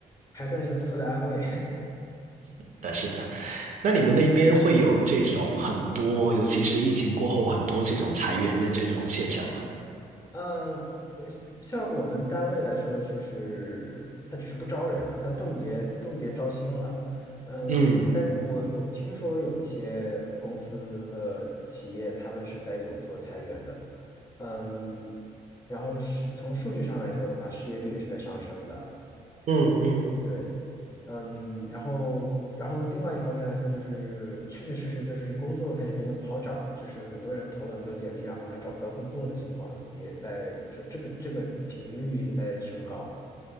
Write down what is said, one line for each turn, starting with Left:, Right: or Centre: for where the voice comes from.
Left: 还算是不错的安慰。<laughs>
Right: 但是的。那你们那边会有这种很多，尤其是疫情过后很多这种裁员的这种现象吗？
Left: 嗯，像我们单位来说，就是他只是不招人了，他冻结冻结招新了。嗯，
Right: 嗯
Left: 但是我有听说有一些公司和企业，他们是在有做裁员的。嗯，然后是从数据上来说的话，失业率也是在上升的。
Right: 嗯嗯
Left: 对，嗯，然后，然后另外一方面来说，就是确确实实就是工作开始变得不好找，就是很多人投了很多简历，然后还找不到工作的情况也在，就这个这个频率也在升高。